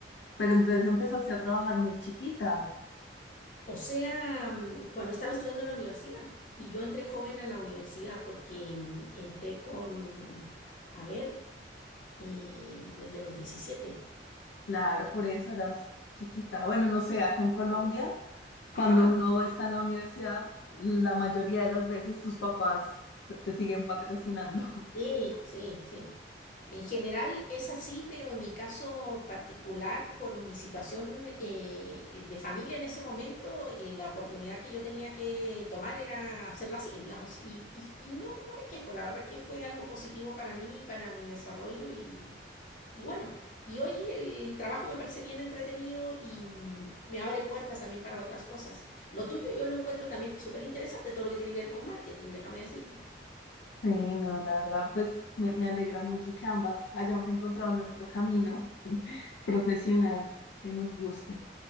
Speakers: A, on the left; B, on the left.
A: Pero entonces empezaste a trabajar muy chiquita.
B: O sea, mm, cuando estaba estudiando en la universidad. Y yo entré joven a la universidad porque mm, entré con, a ver, eh, desde los 17.
A: Claro, por eso eras chiquita. Bueno, no sé, acá en Colombia, cuando
B: Ajá,
A: uno está en la universidad, la mayoría de las veces tus papás se- te siguen patrocinando.
B: sí,
A: <laughs>
B: sí, sí. En general es así, pero en mi caso particular, por mi situación eh, de familia en ese momento, eh, la oportunidad que yo tenía que tomar era hacerla así, digamos, y, y- y no, no me quejo, la verdad que fue algo positivo para mí, para mi desarrollo y. Y bueno, y hoy el trabajo me parece bien entretenido y mm, me abre puertas también para otras cosas. Lo tuyo yo lo encuentro también súper interesante, todo lo que tiene que ver con marketing, déjame decirte.
A: Sí, no, la verdad, pues me, me alegra mucho que ambas hayamos encontrado nuestro camino <laughs> profesional que nos guste.